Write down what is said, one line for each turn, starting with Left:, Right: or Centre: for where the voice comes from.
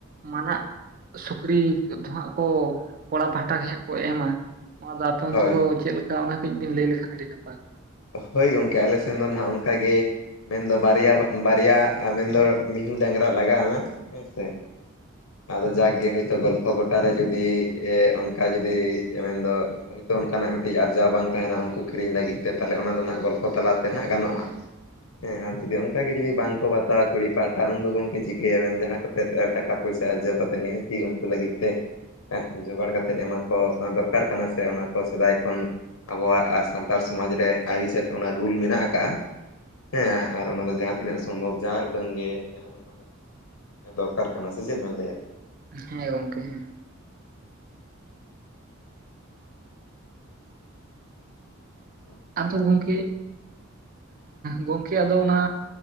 Right: ᱢᱟᱱᱟᱜ ᱥᱩᱠᱨᱤ ᱫᱚ ᱦᱟᱸᱜ ᱠᱚ ᱠᱚᱲᱟ ᱯᱟ <inaudible> ᱦᱟᱸᱜ ᱠᱚ ᱮᱢᱟ ᱚᱱᱟ ᱫᱚ ᱟᱯᱮ ᱚᱱᱛᱮ
Left: ᱦᱳᱭ
Right: ᱫᱚ ᱪᱮᱫ ᱞᱮᱠᱟ ᱚᱱᱟ ᱠᱟᱹᱡ ᱵᱤᱱ ᱞᱟᱹᱭ ᱞᱮᱠᱷᱟᱱ ᱟᱹᱰᱤ ᱱᱟᱯᱟᱭ ᱠᱚᱼᱟ᱾
Left: ᱦᱳᱭ ᱜᱚᱢᱠᱮ ᱟᱞᱮ ᱥᱮᱱ ᱫᱚ ᱱᱟᱦᱟᱜ ᱚᱱᱠᱟ ᱜᱮ ᱢᱮᱱᱫᱚ ᱵᱟᱨᱮᱭᱟ ᱵᱟᱨᱮᱭᱟ ᱢᱮᱱᱫᱚ ᱢᱤᱦᱩᱸ ᱰᱟᱝᱨᱟ ᱞᱟᱜᱟᱜᱼᱟ ᱦᱮᱸ ᱥᱮ᱾ ᱟᱫᱚ ᱡᱟᱠ ᱜᱮ ᱦᱳᱭ ᱛᱚ ᱜᱚᱞᱯᱚ ᱜᱚᱴᱟ ᱨᱮ ᱡᱩᱫᱤ ᱮ ᱚᱱᱠᱟ ᱡᱩᱫᱤ ᱢᱮᱱᱫᱚ ᱦᱳᱭᱛᱚ ᱚᱱᱠᱟᱱᱟᱜ ᱢᱤᱫᱴᱤᱡ ᱟᱨᱡᱟᱣ ᱵᱟᱝ ᱛᱟᱦᱮᱸᱱᱟ ᱩᱱᱠᱩ ᱠᱤᱨᱤᱧ ᱞᱟᱹᱜᱤᱫ ᱛᱮ᱾ ᱛᱟᱦᱚᱞᱮ ᱚᱱᱟ ᱫᱚ ᱱᱟᱜ ᱜᱚᱞᱯᱚ ᱛᱟᱞᱟᱛᱮ ᱦᱟᱸᱜ ᱜᱟᱱᱚᱜᱼᱟ᱾ ᱦᱮᱸ ᱟᱨ ᱡᱩᱫᱤ ᱚᱱᱠᱟ ᱜᱮ ᱡᱩᱫᱤ ᱵᱟᱝᱠᱚ ᱵᱟᱛᱟᱣᱟ ᱠᱩᱲᱤ ᱯᱟᱦᱴᱟ ᱩᱱᱫᱚ ᱜᱚᱢᱠᱮ ᱪᱤᱠᱟᱹᱭᱟᱵᱮᱱ ᱡᱟᱦᱟᱸ ᱠᱟᱛᱮᱫ ᱴᱟᱠᱟ ᱯᱚᱭᱥᱟ ᱟᱨᱡᱟᱣ ᱠᱟᱛᱮ ᱱᱤᱦᱟᱹᱛᱤ ᱩᱱᱠᱩ ᱞᱟᱹᱜᱤᱫ ᱛᱮ ᱡᱚᱜᱟᱲ ᱠᱟᱛᱮᱫ ᱮᱢᱟ ᱠᱚ ᱫᱚᱨᱠᱟᱨ ᱠᱟᱱᱟ ᱥᱮ ᱚᱱᱟ ᱠᱚ ᱥᱮᱫᱟᱭ ᱠᱷᱚᱱ ᱟᱵᱚᱣᱟᱜ ᱥᱟᱱᱛᱟᱲ ᱥᱚᱢᱟᱡᱽ ᱨᱮ ᱮ ᱟᱹᱨᱤ ᱪᱮᱫ ᱚᱱᱟ ᱨᱩᱞ ᱢᱮᱱᱟᱜ ᱟᱠᱟᱫᱼᱟ᱾ ᱦᱮᱸ ᱟᱨ ᱚᱱᱟ ᱫᱚ ᱡᱟᱦᱟᱸ ᱛᱤᱱᱟᱹᱜ ᱥᱚᱢᱵᱷᱚᱵ ᱡᱟ ᱩᱰᱟᱹᱝ ᱜᱮ ᱮᱢᱚᱜ ᱨᱮ᱾ ᱫᱚᱨᱠᱟᱨ ᱠᱟᱱᱟ ᱥᱮ ᱪᱮᱫ ᱵᱮᱱ ᱞᱟᱹᱭᱟ
Right: ᱦᱮᱸ ᱜᱚᱝᱠᱮ ᱦᱮᱸ᱾ ᱟᱫᱚ ᱜᱚᱢᱠᱮ, ᱜᱚᱢᱠᱮ ᱟᱫᱚ ᱚᱱᱟ